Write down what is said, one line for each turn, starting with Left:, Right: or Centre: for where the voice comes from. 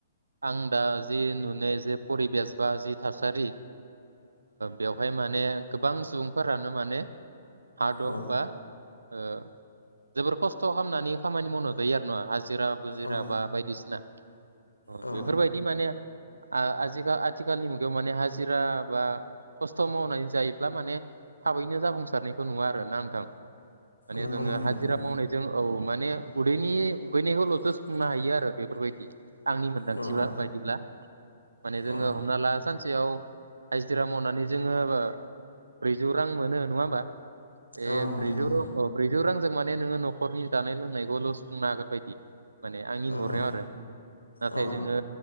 Right: आं दा जि नुनाय जे परिबेस बा जि थासारि बेवहाय माने गोबां सुबुंफोरानो माने हार दक
Left: औ
Right: ओ जोबोर खस्थ' खालामनानै खामानि मावना जायो आरो ना हाज जिरा बुजिरा
Left: औ
Right: बा बायदिसिना अ
Left: औ
Right: बेफोरबायदि माने आजिखााल आथिखालनि मुगायाव माने हाजिरा बा खस्थ' मावनानै जायोब्ला माने थाबैनो जाफुंसारनायखौ नुवा आरो नान थां माने
Left: नंगौ
Right: जोङो
Left: नोंथां
Right: हाजिरा
Left: नंगौ
Right: मावनायजों औ माने उदैनि उगैनायखौल' जफुंनो हायो आरो बेफोरबायदि आंनि मोन्दांथिबा
Left: औ औ
Right: बायदिब्ला माने जोङो
Left: औ
Right: हमना ला सानसेयाव हाजिरा मावनानै जोङो ब्रैजौ रां मोनो नङा होमबा ए
Left: औ औ
Right: ब्रिज
Left: नंगौ
Right: रं अ ब्रैजौ रां जों माने नोङो न'खरनि जानाय लोंनायखौल' सुफुंनो हागोन बायदि माने आंनि
Left: औ
Right: नरनायाव
Left: औ
Right: आरो नाथाय
Left: औ
Right: जोङो